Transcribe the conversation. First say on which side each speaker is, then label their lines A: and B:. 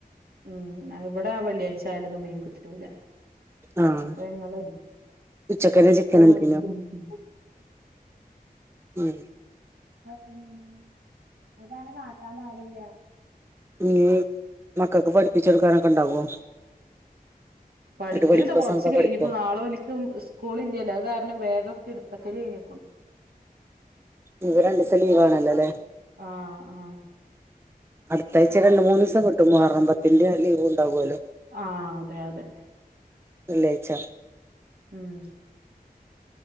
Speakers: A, on the right (about 75°); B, on the right (about 15°).
A: ഉം ഇവിടെ വെള്ളിയാഴ്ച ആായലൊന്നും മീൻ കിട്ടൂല.
B: ആഹ്
A: അപ്പ ഞങ്ങള്
B: ഉച്ചക്കന്നെ
A: ചിക്ക
B: ചിക്കൻ
A: മ
B: ഇണ്ടേനോ
A: മ്
B: ഉം
A: മ് അതാന കാട്ടാൻ പാടില്ല
B: ഈ മക്കൾക്ക് പഠിപ്പിച്ചെടുക്കാനൊക്കെ ഇണ്ടാവോ?
A: പഠിക്കല്ത
B: ഇന്നട്ട് പഠിക്കോ
A: കൊറച്ച്
B: സ്വന്തം
A: കഴിഞ്ഞിക്കു
B: പഠിക്കോ
A: നാളെ ഓല്ക്ക് സ്കൂൾ ഇല്ലല്ലോ അത്‌ കാരണം ബേഗ് കിടുത്തക്കല് കഴിഞ്ഞിക്കു
B: ഇഞ്ഞിപ്പ രണ്ടിസം ലീവ് ആണല്ലോ ല്ലേ?
A: ആഹ് ആഹ്
B: അടുത്തഴ്ച രണ്ട് മൂന്നിസം കിട്ടും മുഹറമ്പത്തിന്റെ ലീവ് ഉണ്ടാവല്ലോ.
A: ആഹ് അതെ അതെ
B: വെള്ളി ആയിച്ച
A: ഉം